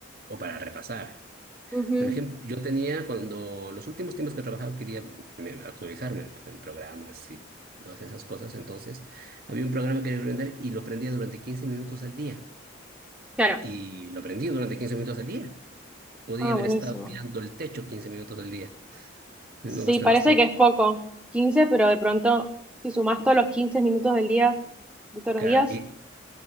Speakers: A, on the right (about 45°); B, in the centre.
A: o para repasar.
B: Ujú,
A: Por ejemplo, yo tenía cuando los últimos tiempos que he trabajado quería me- actualizarme en programas y todas esas cosas. Entonces, había un programa que quería aprender y lo aprendía durante 15 minutos al día.
B: Claro.
A: Y lo aprendí durante 15 minutos al día. Podía
B: Ah,
A: haber
B: buenísimo.
A: estado mirando el techo 15 minutos al día. No
B: Sí,
A: gasta
B: parece
A: más tiempo.
B: que es poco, 15 pero de pronto, si sumás todos los quince minutos del día, de todos los
A: Claro,
B: días,
A: y,